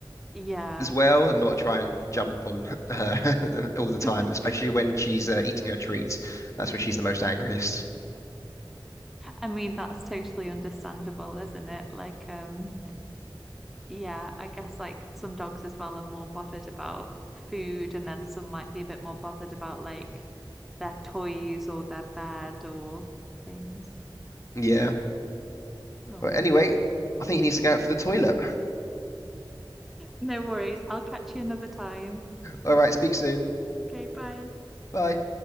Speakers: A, in the centre; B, on the left.
A: Yeah.
B: as well, and not try and jump on <laughs> her <laughs> all the time,
A: <laughs>
B: especially when she's uh, eating her treats. That's when she's the most angriest.
A: I mean, that's totally understandable, isn't it? Like, um, Yeah, I guess like some dogs as well are more bothered about food, and then some might be a bit more bothered about like their toys or their bed or things.
B: Yeah.
A: Oh,
B: But anyway, I think he needs to go out for the toilet.
A: no worries. I'll catch you another time.
B: All right, speak soon.
A: Okay, bye.
B: Bye.